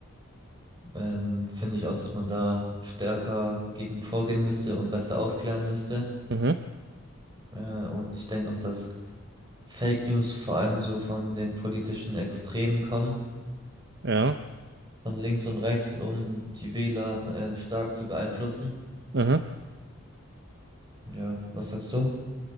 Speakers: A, on the right; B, on the right.
A: ähm, finde ich auch, dass man da stärker gegen vorgehen müsste und besser aufklären müsste.
B: Mhm,
A: Äh, und ich denke auch, dass Fake News vor allem so von den politischen Extremen kommen.
B: ja,
A: von links und rechts, um die Wähler ähm, stark zu beeinflussen.
B: mhm.
A: Ja, was sagst du?